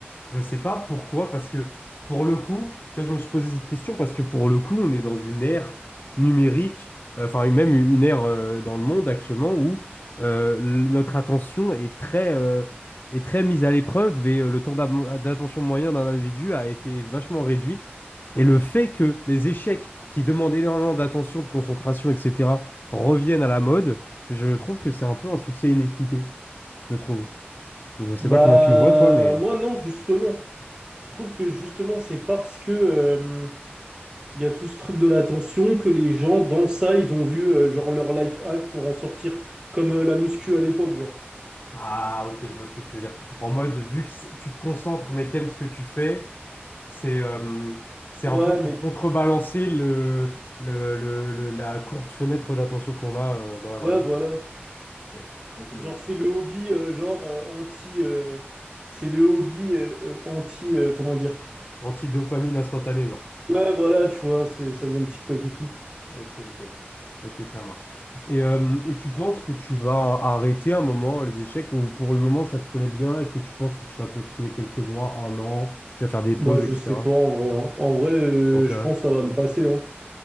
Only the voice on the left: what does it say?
Je sais pas pourquoi, parce que pour le coup, tu vois, je me suis posé cette question parce que pour le coup, on est dans une ère numérique, euh, enfin même une ère euh, dans le monde actuellement où euh, l- notre attention est très, euh, est très mise à l'épreuve et euh, le temps d'am- d'attention moyen d'un individu a été vachement réduite. Et le fait que les échecs qui demandent énormément d'attention, de concentration, etc., reviennent à la mode, je trouve que c'est un peu un succès inexpliqué, je trouve. Donc je sais
pas comment tu le vois, toi, mais...
Ah, ok, je vois ce que tu veux dire. En mode, vu que c'est- tu te concentres, mais t'aimes ce que tu fais, c'est euh, c'est
un peu pour
contrebalancer le, le, le- le- la courte fenêtre d'attention qu'on a euh, dans la
vraie vie.
Ok, ok, je
vois.
Antidopamine instantanée, genre.
Ok, ok. Ok, ça marche. Et, euh, et tu penses que tu vas arrêter un moment les échecs ou pour le moment ça te plaît bien? Est-ce que tu penses que tu vas continuer quelques mois, un an? Tu vas faire des pauses,
etc.
T'en sais
rien?